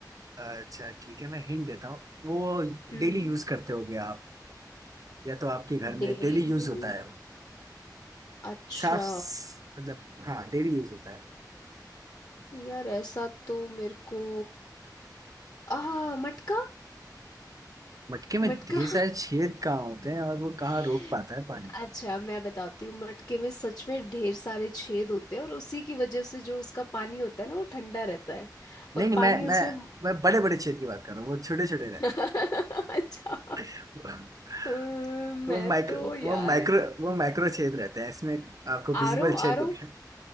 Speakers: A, on the right (about 55°); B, on the left (about 55°).
A: अच्छा ठीक है मैं हिंट देता हूँ वो
B: हम्म
A: डेली यूज करते होगे आप या तो आपके घर
B: डेली
A: में डेली यूज होता है वो
B: अच्छा
A: साफ स- मतलब हाँ डेली यूज होता है
B: यार ऐसा तो मेरे को आ मटका
A: मटके में
B: मटका
A: ढेर सारे छेद कहाँ होते हैं और वो
B: <laughs>
A: कहाँ रोक पाता है पानी
B: अच्छा मैं बताती हूँ मटके में सच में ढेर सारे छेद होते हैं और उसी की वजह से जो उसका पानी होता है ना वो ठंडा रहता है और
A: नहीं नहीं
B: पानी
A: मैं मैं
B: उसमें
A: मैं बड़े बड़े छेद की बात कर रहा हूँ वो छोटे छोटे रहते
B: <laughs> अच्छा
A: हैं
B: अम्म,
A: वो
B: मैं
A: माइक्रो
B: तो यार
A: वो माइक्रो वो माइक्रो छेद रहते हैं इसमें आपको
B: आरो
A: विजिबल छेद
B: आरो
A: दिखे